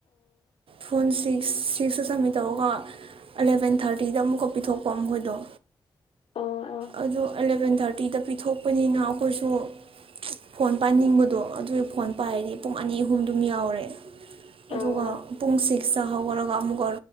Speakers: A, on the right (about 70°); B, on the left (about 80°).
A: ꯐꯣꯟ ꯁꯤꯛꯁ ꯁꯤꯛꯁꯇ ꯁꯝꯃꯤꯠ ꯇꯧꯔꯒ ꯑꯦꯂꯚꯦꯟ ꯊꯥꯔꯇꯤꯗ ꯑꯃꯨꯛꯀ ꯄꯤꯊꯣꯛꯄ ꯃꯈꯣꯏꯗꯣ
B: ꯑꯣ ꯑꯣ
A: ꯑꯗꯣ ꯑꯦꯂꯚꯦꯟ ꯊꯥꯔꯇꯤꯗ ꯄꯤꯊꯣꯛꯄꯅꯤꯅ ꯑꯩꯈꯣꯏꯁꯨ ꯐꯣꯟ ꯄꯥꯏꯅꯤꯡꯕꯗꯣ ꯑꯗꯨꯒꯤ ꯐꯣꯟ ꯄꯥꯏꯔꯗꯤ ꯄꯨꯡ ꯑꯅꯤ ꯑꯍꯨꯝꯗꯨꯝ ꯌꯥꯎꯔꯦ
B: ꯑꯣ
A: ꯑꯗꯨꯒ ꯄꯨꯡ ꯁꯤꯛꯁꯇ ꯍꯧꯈꯔꯒ ꯑꯃꯨꯛꯀ